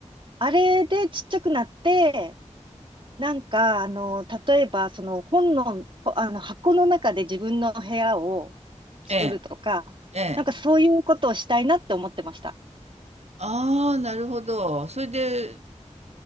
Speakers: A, on the right (about 45°); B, on the right (about 60°).
A: あれでちっちゃくなって、なんか、あの、例えば、その本の、ほあの、箱の中で自分の部屋を作るとか、
B: ええ。ええ
A: なんかそういうことをしたいなって思ってました。
B: ああ、なるほど。それで、